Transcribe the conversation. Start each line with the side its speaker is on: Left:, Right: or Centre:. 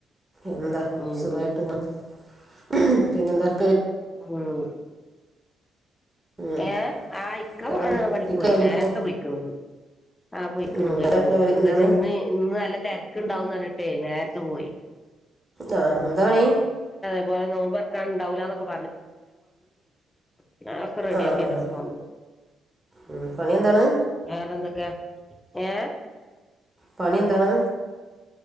Right: എന്താ
Left: ഉം
Right: സുഖായിട്ട്
Left: ഉം
Right: <inaudible> പിന്നെന്താ <inaudible>
Left: ഉം
Right: ഉം
Left: ഏ ആ ഇക്ക
Right: ഇക്കാക്കെന്താ
Left: ആ പണിക്ക്
Right: ഇക്ക
Left: പോയി
Right: ജോലിക്ക്
Left: നേരത്തെ
Right: പോ
Left: പോയിക്കണ് ആഹ് പോയിക്കണു
Right: ഉം ഇക്കാടെ
Left: പോൊയിക്കണ
Right: ജോലി
Left: എന്താ
Right: എന്താണ്
Left: വച്ച ഇന്ന് ഇന്ന് നല്ല തിരക്ക്ണ്ടാവന്ന്ഞ്ഞിട്ടേ നേരത്തെ പോയി
Right: ആ എന്തണീ
Left: അതുപോലെ നോമ്പറക്കാൻ ഉണ്ടാവില്ല എന്നൊക്കെ <unintelligible> റെഡി
Right: ആഹ്
Left: ആാക്കിയാനക്ക
Right: ആഹ്
Left: വന്നു
Right: ഉം പണി എന്താണ്
Left: വേറെ എന്തൊക്കെ ഏ
Right: പണ ഉന്ത ആ